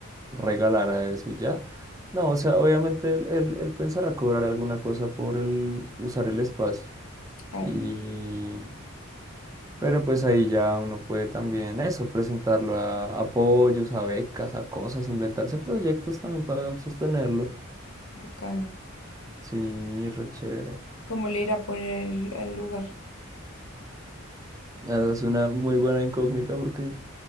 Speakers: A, on the right (about 15°); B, on the left (about 85°).
A: regalara eso y ya. No, o sea, obviamente él, él, él pensará cobrar alguna cosa por el usar el espacio.
B: Claro,
A: Y, pero pues ahí ya uno puede también eso, presentarlo a apoyos, a becas, a cosas, inventarse proyectos también para sostenerlo.
B: bacano.
A: Sí, re chévere.
B: ¿Cómo le irá a poner el- al lugar?
A: Esa Es una muy buena incógnita porque